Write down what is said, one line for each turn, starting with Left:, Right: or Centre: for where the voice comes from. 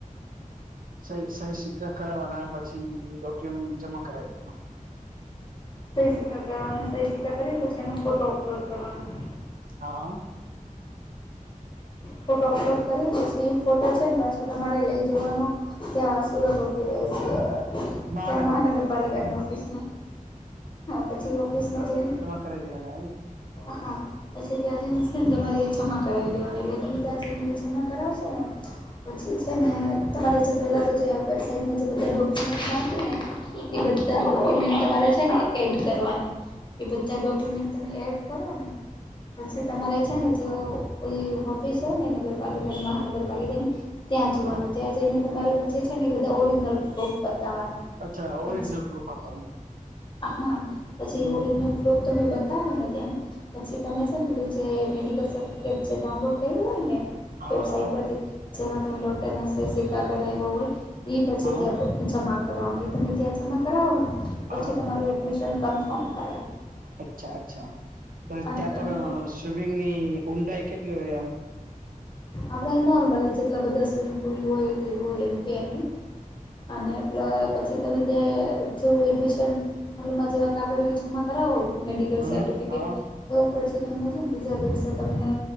Right: સહી સહી સિક્કા કરાવવાના પછી ડોક્યુમેન્ટ જમા કરાવી દેવાનો
Left: સહી સિક્કા કરવાનો સહી સિક્કા કરીને પછી એનો ફોટો અપલોડ કરવાનો.
Right: હા.
Left: ફોટો અપલોડ કરીને પછી ફોટો છે પાછો તમારે લઈ જવાનો ત્યાં સુરત ઓફિસે
Right: મહાનગરપાલિકા
Left: ત્યાં મહાનગરપાલિકાની ઓફિસમાં પછી ઓફિસમાં જઈને
Right: કરાઇ દેવના એમ ને
Left: હા. પછી ત્યાં જઈ છે ને તમારે જમા કરાવી દેવાનું એટલે તમે ત્યાં જને જમા કરાવશો ને પછી છે ને તમારે જે પહેલાં તો જે વેબસાાઈટમાં જે બધા ડોક્યુમેન્ટ રાખે ને એ બધા ડોક્યુમેન્ટ તમારે છે ને એડ કરવાના એ બધા ડોક્યુમેન્ટ તમે એડ કરો ને પછી તમારે છેને જો કોઈ ઓફિસ હોય ને નગરપાલિકાની મહાનગરપાલિકાની ત્યાં
Right: હા
Left: જોવાનું
Right: હા
Left: ત્યાં જઈને તમારે પછી છે ને એ બધા ઓરિજનલ પ્રૂફ બતાવવાના
Right: અચ્છા ઓરીજનલ
Left: પછી
Right: પ્રૂફ આપવાનું
Left: હા પછી
Right: હમ
Left: ઓરિજનલ પ્રૂફ તમે બતાવો ને ત્યાં પછી તમે છેને પેલું જે મેડિકલ સર્ટિફિકેટ જે ડાઉનલોડ કર્યું હોય ને
Right: હા
Left: વેબસાઇટ
Right: હા
Left: પરથી જેમાં તમે ડોક્ટર ના સહી સિકકા કરાવ્યા હોય એ પછી
Right: હા
Left: ત્યાં જમા કરાવનું એ તમે ત્યાં જમા કરાવો ને
Right: હા
Left: પછી તમારું એડમિશન કન્ફર્મ કરે.
Right: અચ્છા અચ્છા
Left: અને
Right: ત્યાં
Left: કન્ફર્મ
Right: પર સ્વિમિંગની ઊંડાઈ કેટલી હોય આમ
Left: આપડે નોર્મલી જેટલા બધા સ્વિમિંગ પુલની હોય એટલી હોય કે એની અને પ્લસ પછી તમે ત્યાં જેવું એડમિશન રૂમ માં જવા આાગળ જમા કરવો મેડિકલ
Right: હમ
Left: સર્ટિફિકેટ
Right: હા
Left: એ પછી તમને છે ને બીજા દિવસે તમને